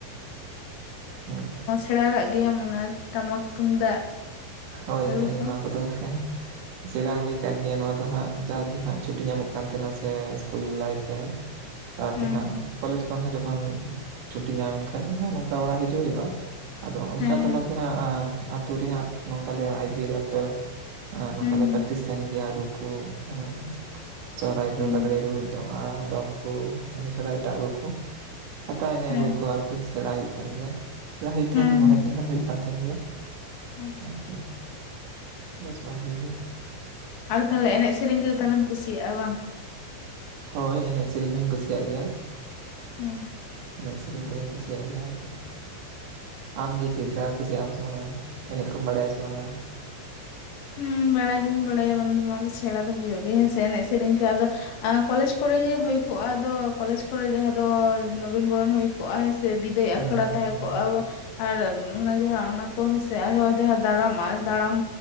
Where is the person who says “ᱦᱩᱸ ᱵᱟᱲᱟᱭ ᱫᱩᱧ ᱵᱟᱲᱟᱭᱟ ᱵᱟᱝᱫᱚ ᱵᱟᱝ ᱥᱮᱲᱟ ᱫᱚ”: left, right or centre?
Left